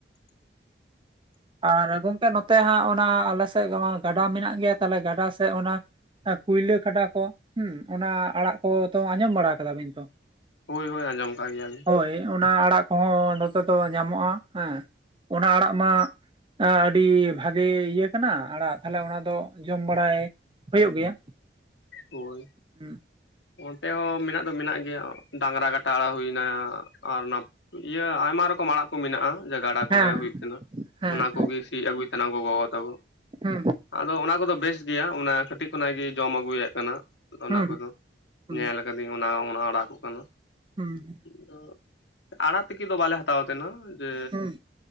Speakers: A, on the left; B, on the right.
A: <inaudible>
B: ᱟᱨ ᱜᱚᱝᱠᱮ ᱱᱚᱛᱮ ᱦᱟᱸᱜ ᱚᱱᱟ ᱟᱞᱮ ᱥᱮᱜ ᱜᱟᱰᱟ ᱢᱮᱱᱟᱜ ᱜᱮᱭᱟ ᱛᱟᱦᱞᱮ ᱜᱟᱰᱟ ᱥᱮᱜ ᱚᱱᱟ ᱟ ᱠᱩᱭᱞᱟᱹ ᱠᱷᱟᱰᱟ ᱠᱚ ᱦᱩᱸ ᱚᱱᱟ ᱟᱲᱟᱜ ᱠᱚ ᱛᱚ ᱟᱸᱡᱚᱢ ᱵᱟᱲᱟ ᱠᱟᱫᱟ ᱵᱤᱱ ᱛᱚ?
A: ᱦᱳᱭ ᱦᱳᱭ ᱟᱸᱡᱚᱢ ᱠᱟᱜ ᱜᱮᱭᱟᱞᱤᱧ᱾
B: ᱦᱳᱭ ᱚᱱᱟ ᱟᱲᱟᱜ ᱠᱚᱦᱚᱸ ᱱᱚᱛᱮ ᱫᱚ ᱧᱟᱢᱚᱜᱼᱟ ᱦᱮᱸ ᱚᱱᱟ ᱟᱲᱟᱜ ᱢᱟ ᱮᱸ ᱟᱹᱰᱤ ᱵᱷᱟᱜᱮ ᱤᱭᱟᱹ ᱠᱟᱱᱟ ᱟᱲᱟᱜ ᱛᱟᱦᱞᱮ ᱚᱱᱟ ᱫᱚ ᱡᱚᱢ ᱵᱟᱲᱟᱭ ᱦᱩᱭᱩᱜ ᱜᱮᱭᱟ᱾
A: ᱦᱳᱭ᱾
B: ᱦᱩᱸ
A: ᱚᱱᱛᱮ ᱦᱚᱸ ᱢᱮᱱᱟᱜ ᱫᱚ ᱢᱮᱱᱟᱜ ᱜᱮᱭᱟ ᱰᱟᱝᱨᱟ ᱠᱟᱴᱟ ᱟᱲᱟᱜ ᱦᱩᱭᱱᱟ ᱟᱨ ᱚᱱᱟ ᱤᱭᱟᱹ ᱟᱭᱢᱟ ᱨᱚᱠᱚᱢ ᱟᱲᱟᱜ ᱠᱩ ᱢᱮᱱᱟᱜᱼᱟ᱾ ᱡᱮ ᱜᱟᱰᱟ ᱠᱚᱨᱮ
B: ᱦᱮᱸ
A: ᱦᱩᱭᱩᱜ ᱠᱟᱱᱟ
B: ᱦᱮᱸ
A: ᱚᱱᱟ ᱠᱚᱜᱮ ᱥᱤᱜ ᱟᱹᱜᱩᱭ ᱛᱟᱦᱮᱱᱟ ᱜᱚᱜᱚ ᱵᱟᱵᱟ ᱛᱟᱠᱚ᱾
B: ᱦᱩᱸ
A: ᱟᱫᱚ ᱚᱱᱟ ᱠᱚᱫᱚ ᱵᱮᱥ ᱜᱮᱭᱟ ᱚᱱᱟ ᱠᱟᱹᱴᱤᱜ ᱠᱷᱚᱱᱟᱜ ᱜᱮ ᱡᱚᱢ ᱟᱹᱜᱩᱭᱮᱜ ᱠᱟᱱᱟ᱾ ᱚᱱᱟ
B: ᱦᱩᱸ
A: ᱠᱚᱫᱚ
B: ᱦᱩᱸ
A: ᱧᱮᱞ ᱠᱟᱹᱫᱤᱹᱧ ᱚᱱᱟ ᱚᱱᱟ ᱟᱲᱟᱜ ᱠᱚ ᱠᱟᱱᱟ᱾
B: ᱦᱩᱸ
A: <inaudible> ᱟᱲᱟᱜ ᱛᱤᱠᱤ ᱫᱚ ᱵᱟᱞᱮ ᱦᱟᱛᱟᱣ ᱛᱟᱦᱮᱱᱟ ᱡᱮ
B: ᱦᱩᱸ